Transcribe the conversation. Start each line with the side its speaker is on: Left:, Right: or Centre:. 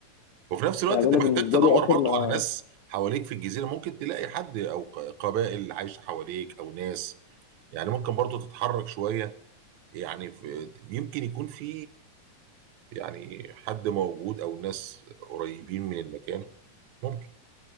Right: وفي نفس الوقت
Left: يعني
Right: انت
Left: أنا
Right: محتاج
Left: بالنسبة
Right: تدور
Left: لي آخر
Right: برضو
Left: ما
Right: على ناس حواليك في الجزيره ممكن تلاقي حد او ق- قبائل عايشه حواليك او ناس يعني ممكن برضو تتحرك شويه يعني في يمكن يكون في يعني حد موجود او ناس قريبين من المكان ممكن